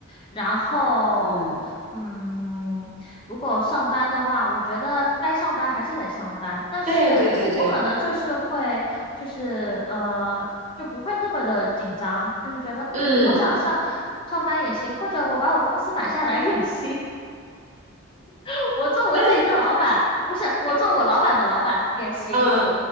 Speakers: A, on the left (about 25°); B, on the right (about 35°).
A: 然后，
B: 嗯，
A: 嗯，如果上班的话，我觉得该上班还是得上班，但是我可能就是会，
B: 对对对对，
A: 就是呃，就不会那么的紧张，就是觉得嗯，
B: 嗯，
A: 我想上上班也行，或者我把我公司买下来也行，<laughs> 我做我自己的老板，
B: 那
A: 不是我做我老板的老板也行
B: 嗯，